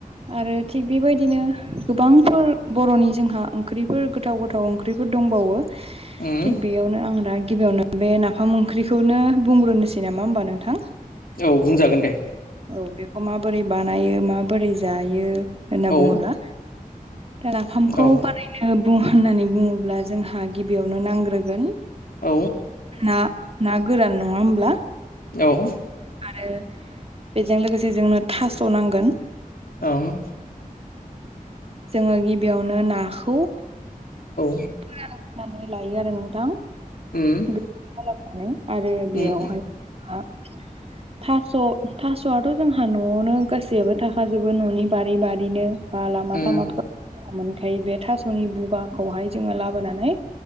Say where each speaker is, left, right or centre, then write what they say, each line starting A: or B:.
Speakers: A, on the right (about 40°); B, on the left (about 80°).
A: आरो थिग बेबायदिनो गोबांफोर बर'नि जोंहा ओंख्रिफोर गोथाव-गोथाव ओंख्रिफोर दंबावो।
B: उम
A: थिग बेयावनो आं दा गिबियावनो बे नाफाम ओंख्रिखौनो बुंग्रोनोसै नामा होमबा नोंथां
B: औ बुंजागोन दे
A: औ बेखौ माबोरै बानायो माबोरै जायो होनना
B: औ
A: बुङोब्ला नाफामखौ
B: औ
A: बानायनो बुं होननानै बुङोब्ला जोंहा गिबियावनो नांग्रोगोन
B: औ
A: ना-ना गोरान नङा होमब्ला?
B: औ
A: आरो बेजों लोगोसे जोंनो थास' नांगोन।
B: औ
A: जोङो गिबियावनो नाखौ
B: औ
A: फोरानग्रोनानै लायो आरो नोंथां।
B: उम
A: गोरान खालामनानै आरो बेयावहाय
B: उम
A: हा
B: <unintelligible>
A: थास' थास'आथ' जोंहा न'आवनो गासैयाबो थाखाजोबो न'नि बारि बारिनो। बा लामा
B: उम उम
A: सामा फोराव मोनखायो बे थास'नि बुगाखौहाय जोङो लाबोनानै।